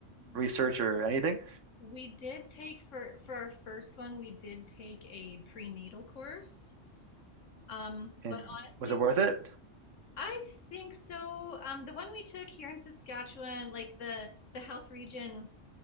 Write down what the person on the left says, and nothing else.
<laughs>
We did take for for our first one, we did take a prenatal course. Um,
but honestly,
I think so. Um, the one we took here in Saskatchewan, like the the health region